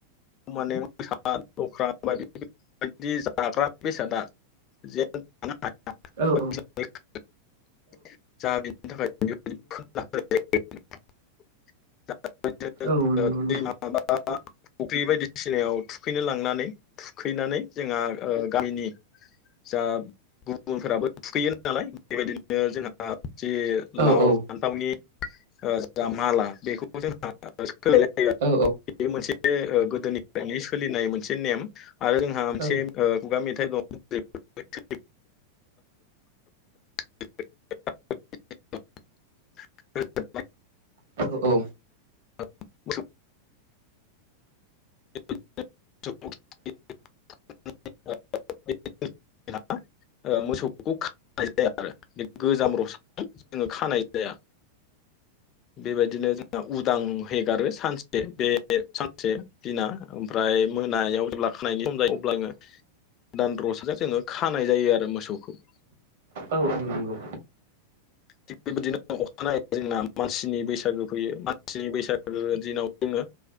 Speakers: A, on the left; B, on the right.
A: माने मोसा लख्रा बदि बदि जाग्रा बेसादा। <unintelligible>
B: औ
A: <unintelligible> <unintelligible>
B: औ नंगौ नोंथां
A: फुख्रि बायदिसिनायाव थुखैनो लांनानै थुखैनानै जोंहा गामिनि जा गुबुनफोराबो थुखैयो नालाय बेबायदिनो जोंहा जे
B: औ
A: लाव
B: औ
A: फान थावनि जा माला बेखौ जों सोलायनाय जायो
B: औ
A: मोनसे ओ गोदोनिफ्रायनो सोलिनाय मोनसे नेम आरो जोंहा मोनसे
B: औ
A: खुगा मेथाइ दं। <unintelligible> <unintelligible> <unintelligible>
B: औ
A: <unintelligible> <unintelligible> ओ मोसौखौ खा खानाय जाया आरो बे गोजाम रसाखौ जोङो खानाय जाया। बेबायदिनो जोंहा उदां हगारो सानसे बे सानसे दिना ओमफ्राय मोनायाव जेब्ला खानायनि सम जायो अब्ला जोंङो दान रसाजों जोङो खानाय जायो आरो मोसौखौ।
B: औ औ नंगौ।
A: थिग बेबायदिनो अखानायै जोंना मानसिनि बैसागो फैयो मानसिनि बैसागो दिनाव जोङो